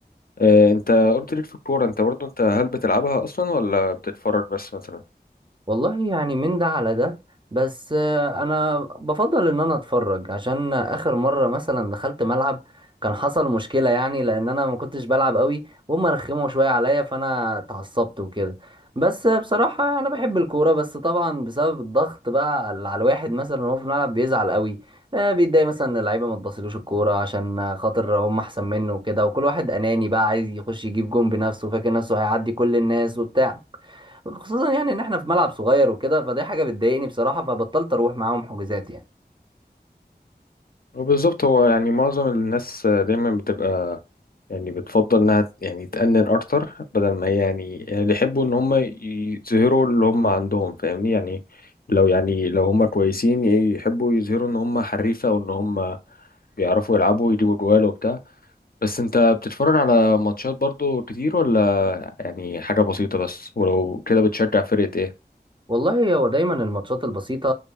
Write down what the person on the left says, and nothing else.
أه انت قلت ليك في الكوره انت برضو انت هل بتلعبها اصلا ولا بتتفرج بس مثلا
هو بالظبط هو يعني معظم الناس دايما بتبقى يعني بتفضل انها يعني تأنن اكتر بدل ما هي يعني يعني اللي يحبوا ان هم يظهروا اللي هم عندهم فاهمني يعني لو يعني لو هم كويسين يحبوا يظهروا ان هم حريفة وان هم بيعرفوا يلعبوا ويجيبوا جوال وبتاع بس انت بتتفرج على ماتشات برضو كتير ولا يعني حاجة بسيطة بس ولو كده بتشجع فرقة ايه